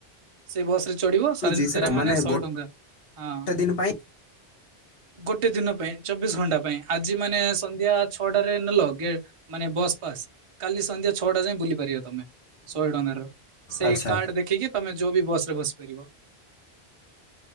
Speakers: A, on the right; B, on the left.
A: ସେ ବସ ରେ ଚଢିବ, ସାନ୍ତିରେ
B: ମିଳୁଛି ସେଟା
A: ମାନେ ଶହେ
B: ଗୋଟେ
A: ଟଙ୍କା। ହଁ
B: ଦିନ ପାଇଁ
A: ଗୋଟେ ଦିନ ପାଇଁ, ଚବିଶ ଘଣ୍ଟା ପାଇଁ। ଆଜି ମାନେ ସନ୍ଧ୍ୟା ଛଅଟାରେ ନେଲ ଗେ ମାନେ ବସ୍ ପାସ୍। କାଲି ସନ୍ଧ୍ୟା ଛଅଟା ଯାଏ ବୁଲି ପାରିବ ତମେ। ଶହେ ଟଙ୍କା ର। ସେ
B: ଆଚ୍ଛା
A: କାର୍ଡ ଦେଖିକି ତମେ ଯୋଉ ବି ବସ ରେ ବସି ପାରିବ।